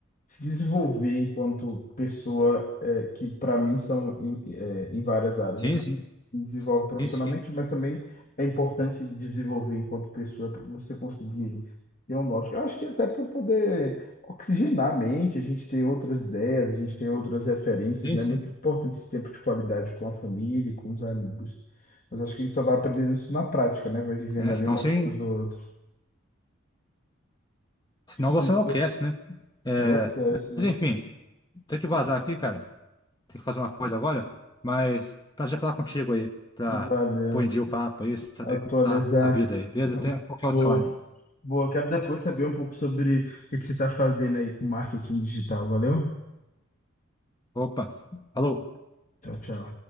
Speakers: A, on the left; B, on the left.
A: se desenvolver enquanto pessoa é, que para mim são em, é, em várias áreas.
B: Sim, sim,
A: Se desenvolve profissionalmente,
B: sim, sim,
A: mas também é importante desenvolver enquanto pessoa para você conseguir ter um norte. Eu acho que até para poder oxigenar a mente, a gente ter outras ideias, a gente ter outras referências,
B: sim,
A: né?
B: sim.
A: É muito importante esse tempo de qualidade com a família, e com os amigos. Mas acho que a gente só vai aprendendo isso na prática, né? Vai vivendo
B: É,
A: ali
B: senão,
A: uma
B: você,
A: coisa ou outra.
B: senão você
A: Quando
B: enlouquece,
A: você
B: né? É,
A: enlouquece, né?
B: mas enfim, tem que vazar aqui, cara. Tem que fazer uma coisa agora, mas prazer falar contigo aí, pra
A: Valeu.
B: pôr em dia o papo aí, saber
A: Atualizar.
B: como tá a vida aí, beleza? Até qualquer outra
A: Boa.
B: hora.
A: Boa. Quero depois saber um pouco sobre o que você está fazendo aí com marketing digital. Valeu?
B: Opa, falou.
A: Tchau, tchau.